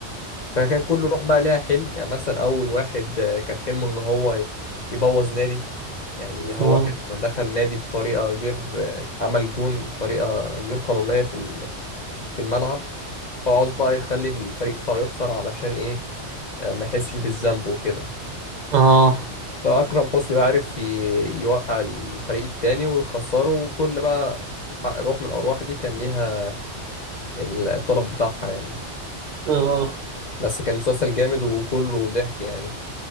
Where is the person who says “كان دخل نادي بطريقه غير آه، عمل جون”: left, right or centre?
Left